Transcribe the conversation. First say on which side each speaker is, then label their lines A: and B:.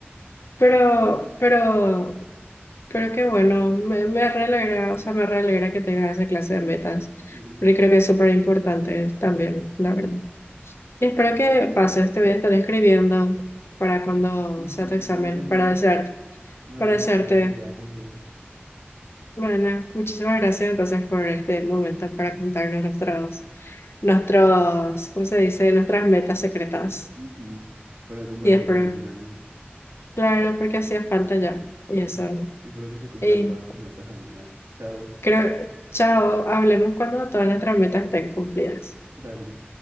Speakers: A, on the left (about 85°); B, on the right (about 75°).
A: Pero,
B: Ujú.
A: pero, pero qué bueno, me, me re alegra, o sea, me re alegra que tengas esa clase de metas,
B: Sí.
A: porque creo que es súper importante también, la verdad. Y espero que pases, te voy a estar escribiendo para cuando
B: Ujú,
A: sea tu examen,
B: A mí también.
A: para desearte,
B: Me
A: para
B: re emociona
A: desearte.
B: que viajes y eso,
A: Bueno, muchísimas gracias entonces por este momento para contarnos nuestros, nuestros, ¿cómo se dice? Nuestras metas secretas.
B: Ujú, para compartir
A: Y espero,
B: así con alguien.
A: claro, porque hacía falta ya, y eso.
B: ujú. Espero que se cumplan
A: Y
B: todas tus metas, amiga. Chao,
A: Creo, chao, hablemos cuando todas nuestras metas estén cumplidas.
B: dale.